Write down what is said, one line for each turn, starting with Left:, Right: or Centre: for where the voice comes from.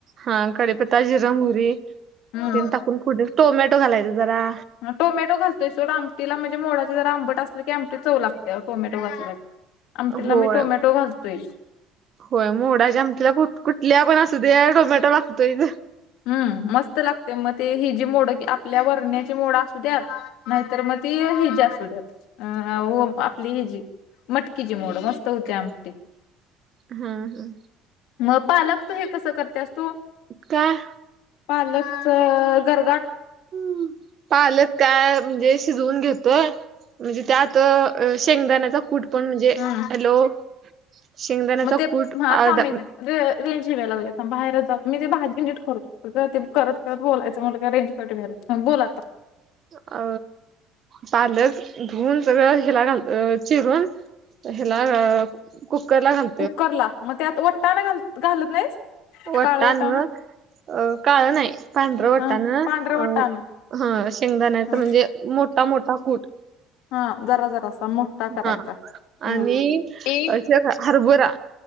Right: हा कडीपत्ता, जिर, मोहरी
Left: हम्म.
Right: तेन टाकून फोडणी टोमॅटो घालायच जरा.
Left: हा टोमॅटो घालतोय सोड आमटीला म्हणजे मोडचे जरा आंबट असली की आमटी चव लागते टोमॅटो घातला. आमटीला
Right: होय
Left: मी टोमॅटो घालतूयच.
Right: होय मोडाच्या आमटीला कुठ कुठल्या पण असू द्या टोमॅटो लागतोयच.
Left: हम्म मस्त लागते मग ते हेजी मोड क आपल्या वरण्याची मोड असूद्यात नाहीतर मग ती हिजी असूद्यात अ हो आपली हिजी मटकीचे मोड मस्त होते आमटी.
Right: हम्म, हम्म.
Left: मग पालकच तु हे कसं करत्यास तू?
Right: काय
Left: पालकच गरगाट
Right: हम्म. पालक काय म्हणजे शिजवून घेतोय म्हणजे त्यात अ अ शेंगदाण्याचा कूट पण म्हणजे
Left: हम्म.
Right: हॅलो शेंगदाण्याचा
Left: मग ते
Right: कूट
Left: हा
Right: अर्धा
Left: थांब एक रेंज हे व्हाय लागल्या आता बाहेरात जातो. मी ते भाजी नीट करत होतो ग. ते करत करत बोलायचं म्हटलं का रेंज कट व्हायल्या. हा बोला.
Right: अ पालक धुऊून सगळं हिला घाल अ चिरून हिला कुकरला घाल
Left: कुकरला मग त्यात वटाणं घाल घालत नाहीस.
Right: वटाणं
Left: काळ वटाणा
Right: अ काळ नाही पांढरं वटाणं
Left: हा पांढरा वटाणा
Right: अ हा शेंगदाण्याचा
Left: हा
Right: म्हणजे मोठा मोठा कूट.
Left: हा जरा जरासा मोठा करायचा
Right: हा
Left: हम्म
Right: आणि
Left: ते
Right: अ हे ग हरभरा.